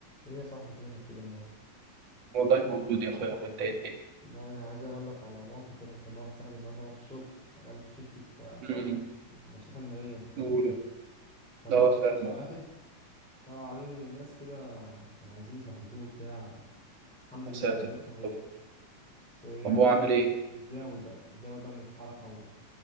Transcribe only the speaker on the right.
والله موجود يا اخويا وانت ايه الدنيا
امم
اولى
اه
فاهم
يا ساتر
طب
طب هو عمل
ايه